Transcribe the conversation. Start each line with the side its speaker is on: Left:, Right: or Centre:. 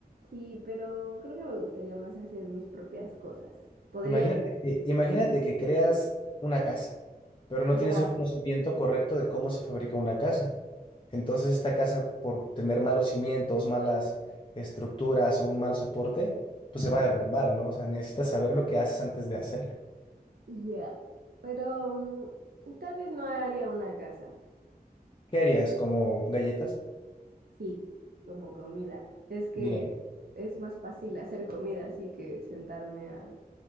Right: Sí, pero creo que me gustaría más hacer mis propias cosas. Podría...
Left: Imagínate que, imagínate que creas una casa, pero no
Right: Ajá.
Left: tienes el conocimiento correcto de cómo se fabrica una casa. Entonces esta casa, por tener malos cimientos, malas estructuras o un mal soporte, pues se va a derrumbar, ¿no? O sea, necesitas saber lo que haces antes de hacerlo.
Right: Ya. Pero mm, tal vez no haría una casa.
Left: ¿Qué harías? ¿Como galletas?
Right: Sí, como comida. Es que
Left: Bien,
Right: es más fácil hacer comida así que sentarme a,